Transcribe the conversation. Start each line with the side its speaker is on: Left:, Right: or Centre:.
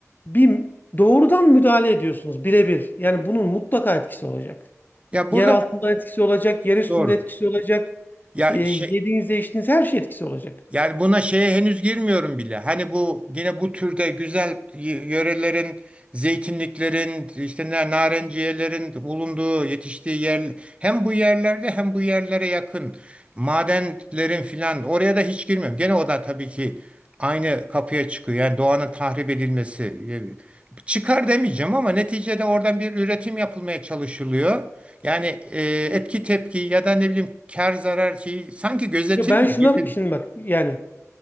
Left: bir doğrudan müdahale ediyorsunuz birebir. Yani bunun mutlaka etkisi olacak.
Right: Ya
Left: Yer
Right: burada
Left: altında etkisi olacak, yer üstünde
Right: doğru.
Left: etkisi olacak.
Right: Ya
Left: E,
Right: şey,
Left: yediğiniz, içtiğiniz her şey etkisi olacak.
Right: Yani buna şeye henüz girmiyorum bile. Hani bu yine bu türde güzel y- yörelerin, zeytinliklerin, işte na- narenciyelerin bulunduğu, yetiştiği yer hem bu yerlerde hem bu yerlere yakın madenlerin filan oraya da hiç girmiyorum. Gene o da tabii ki aynı kapıya çıkıyor. Yani doğanın tahrip edilmesi. e, Çıkar demeyeceğim ama neticede oradan bir üretim yapılmaya çalışılıyor. Yani e, etki tepki ya da ne bileyim kar zarar şeyi sanki gözetilmiyor.
Left: Ve ben şuna şimdi bak yani